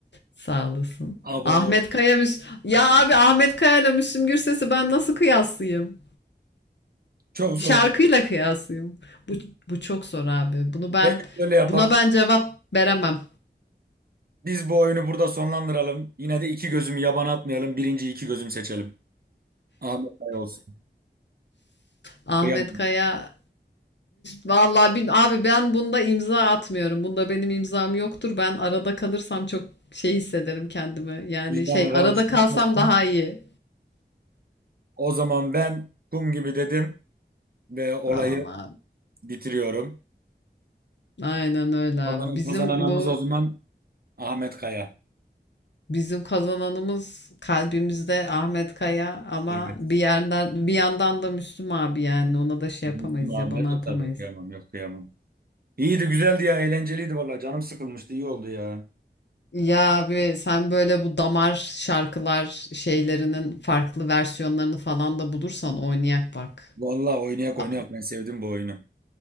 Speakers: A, on the left; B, on the right.
A: Sağ olasın.
B: Abo.
A: Ahmet Kaya Müs Ya abi Ahmet Kaya ile Müslüm Gürses'i ben nasıl kıyaslayayım?
B: Çok
A: Şarkıyla
B: zor oldu.
A: kıyaslayayım. Bu, bu çok zor abi. Bunu
B: Ben
A: ben
B: öyle yapak.
A: buna ben cevap veremem.
B: Biz bu oyunu burada sonlandıralım. Yine de iki gözümü yabana atmayalım. Birinci iki gözüm seçelim. Ahmet Bey olsun.
A: Ahmet
B: Kıyamam.
A: Kaya vallahi bil- abi ben bunda imza atmıyorum. Bunda benim imzam yoktur. Ben arada kalırsam çok şey hissederim kendimi. Yani
B: Vicdanı
A: şey
B: rahatsız
A: arada kalsam
B: etmesin.
A: daha iyi.
B: O zaman ben kum gibi dedim ve olayı
A: Tamam abi.
B: bitiriyorum.
A: Aynen öyle abi.
B: Kazanan,
A: Bizim
B: kazananımız
A: bu
B: o zaman Ahmet Kaya.
A: bizim kazananımız kalbimizde Ahmet Kaya ama
B: Evet.
A: bir yerden bir yandan da Müslüm abi yani ona da şey
B: Ben
A: yapamayız
B: Müslüm abime
A: ya bana
B: de
A: atamayız.
B: tabii okuyamam. Yok kıyamam. İyiydi, güzeldi ya, eğlenceliydi valla. Canım sıkılmıştı, iyi oldu ya.
A: Ya abi sen böyle bu damar şarkılar şeylerinin farklı versiyonlarını falan da bulursan oynayak bak.
B: Valla oynayak
A: Aa,
B: oynayak ben sevdim bu oyunu.